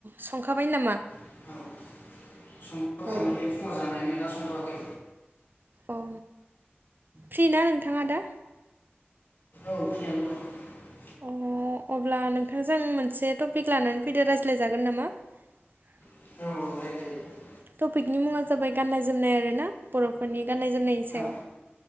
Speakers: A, on the right (about 55°); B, on the left (about 55°).
A: संखाबाय नामा
B: आरो औ संथ'वाखै
A: अ
B: माने फुङाव जानायानो दा संथ'वाखै
A: औ फ्रि ना नोंथाङा दा
B: औ फ्रियानो दं
A: अ अब्ला नोंथांजों मोनसे टपिक लानानै फैदो रायज्लायजागोन नामा <unintelligible> <inaudible>
B: दं औ औ रायज्लायजायो
A: टपिकनि मुङा जाबाय गाननाय जोमनाय आरो ना बर'फोरनि गाननाय जोमनायनि सायाव
B: औ